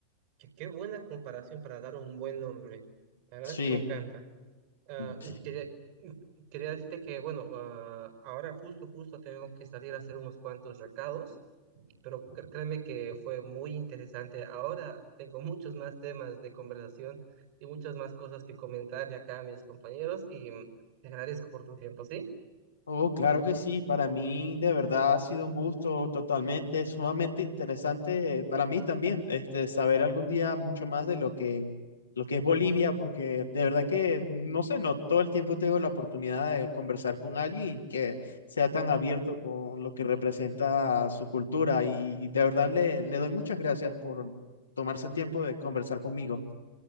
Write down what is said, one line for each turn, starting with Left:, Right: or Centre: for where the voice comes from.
Right: qué, qué buena comparación para dar un buen nombre. La verdad
Left: Sí,
Right: es que me encanta. Ah,
Left: sí
Right: quería, quería decirte que, bueno, ah, ahora justo, justo tengo que salir a hacer unos cuantos recados, pero cr- créeme que fue muy interesante. Ahora tengo muchos más temas de conversación y muchas más cosas que comentar de acá a mis compañeros y mm, te agradezco por tu tiempo, ¿sí?
Left: Oh, claro que sí, para mí de verdad ha sido un gusto totalmente, sumamente interesante eh, para mí también, este, saber algún día mucho más de lo que, lo que es Bolivia, porque de verdad que, no sé, no todo el tiempo tengo la oportunidad de conversar con alguien y que sea tan abierto con lo que representa su cultura y de verdad le, le doy muchas gracias por tomarse el tiempo de conversar conmigo.